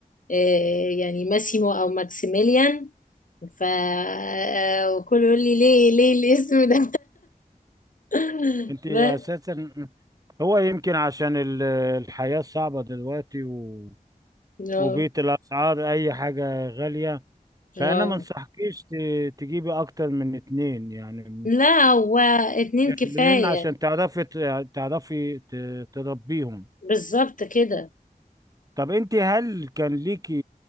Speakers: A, on the left; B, on the right.
A: آه، يعني ماسيمو أو ماكسيميليان ف آه، وكله يقول لي ليه ليه الاسم ده <laughs>
B: انت
A: بس
B: اساسا هو يمكن عشان ال- الحياة صعبة دلوقتي و...
A: اه
B: وبيت الأسعار أي حاجة غالية فأنا
A: آه.
B: ما انصحكيش ت... تجيبي أكتر من اتنين يعني
A: لا هو اتنين
B: طفلين
A: كفاية
B: عشان تعرفي ت- تعرفي ت- تربيهم
A: بالظبط كده
B: طب أنت هل كان ليكي